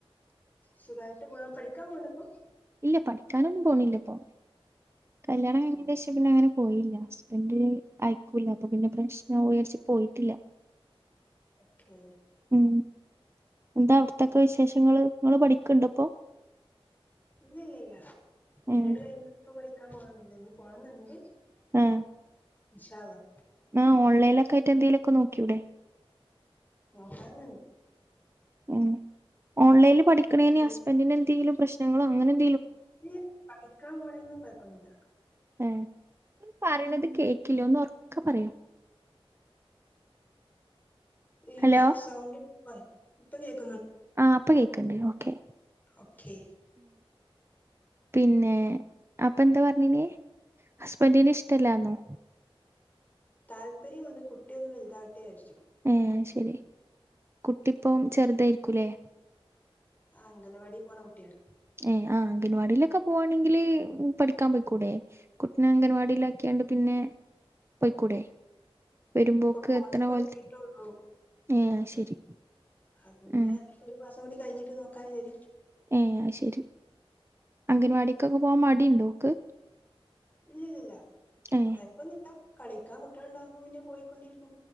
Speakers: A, on the left; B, on the right.
A: സുഖായിട്ട് പോ പഠിക്കാൻ പോവണ്ടോ ഇപ്പൊ.
B: ഇല്ല പഠിക്കാനൊന്നും പോണില്ല ഇപ്പൊ കല്യാണം കഴിഞ്ഞേന്റേ
A: ഉം
B: ശേഷംപിന്നെ അങ്ങനെ. പോയില്ല ഹസ്ബൻഡ് അയക്കൂല അപ്പൊ പിന്നെ പ്രശ്നം ആവൂ വിചാരിച്ച് പോയിട്ടില്ല.
A: ഓക്കേ.
B: ഉം എന്താ അവിടത്തൊക്കെ വിശേഷങ്ങങ്ങള് യിങ്ങള് പഠിക്കുണ്ടോ ഇപ്പോ.
A: ഇല്ല ഇല്ല ഇല്ല മാരിട്
B: ഉം
A: കഴിഞ്ഞ വന്നപ്പോ പഠിക്കാൻ പോണം ഒന്നില്ല ഇനി പോണംന്നുണ്ട്.
B: ആ
A: ഇൻഷാ അള്ളാ.
B: ആ ഓൺലൈനൊക്കെ ആയിട്ട് എന്തേലും ഒക്കെ നോക്കി കൂടെ.
A: നോക്കണന്നുണ്ട്.
B: ഉം ഓൺലൈനിൽ പഠിക്കണേന്
A: അങ്ങനെ എന്തെങ്കിലും
B: ഹസ്ബൻഡിന് എന്തെങ്കിലും പ്രശ്നങ്ങളോ അങ്ങനെ എന്തെ
A: ഇല്ല പഠിക്കാൻ പോണേന് ഒന്നും കുഴപ്പ ഒന്നുല്ല.
B: ഏഹ് നിങ്ങള് പറയണത് കേൾക്കില്ല ഒന്ന് ഉറക്കെ പറയോ.
A: ഈ
B: ഹലോ
A: സൗണ്ട് ഇപ്പളേ ഇപ്പോ കേൾക്ക്
B: ആ ഇപ്പൊ കേൾക്കണ്ട് ഓക്കേ.
A: ഓക്കേ.
B: പിന്നെ അപ്പൊ എന്താ പറഞ്ഞിനേ ഹസ് ബന്റിന് ഇഷ്ട അല്ലാന്നോ.
A: താല്പര്യമുണ്ട് കുട്ടിയൊന്ന് വലുതാവട്ടെ വിചാരിച്ചു.
B: ഏഹ് ശരി കുട്ടിയിപ്പം ചെറുതായിരിക്കൂല്ലേ.
A: ആഹ് അങ്കല്ലവാടി പോണ കുട്ടിയാണ്.
B: ഏഹ് ആ അംഗൻവാടിയിലൊക്കെ പോവാണെങ്കില് പഠിക്കാൻ പോയിക്കൂടെ കുട്ടിനെ അംഗൻ വാടിയിലാക്കിയാണ്ട് പിന്നെ പോയിക്കൂടെ. വരുമ്പോക്ക്
A: ഇപ്പൊ പോണത്
B: എത്രണ
A: തുടങ്ങിയിട്ടേള്ളൂ
B: പോലത്തെ ഏയ് ശരി.
A: അ പിന്നെ
B: ഉം
A: ഒരു മാസം കൂടി കഴിഞ്ഞിട്ട് നോക്കാ വിചാരിച്ചു.
B: ഏയ് അയ്ശെരി അംഗൻവാടിക്കൊക്കെ പോവാൻ മടി ഉണ്ടോ ഓക്ക്.
A: ഇല്ലില്ലില്ല
B: ഏ
A: കൊഴപ്പ ഒന്നില്ലാ കളിക്കാൻ കുട്ടികള് ഉണ്ടാകുമ്പോ പിന്നെ പോയിക്കൊണ്ടിരിക്കും.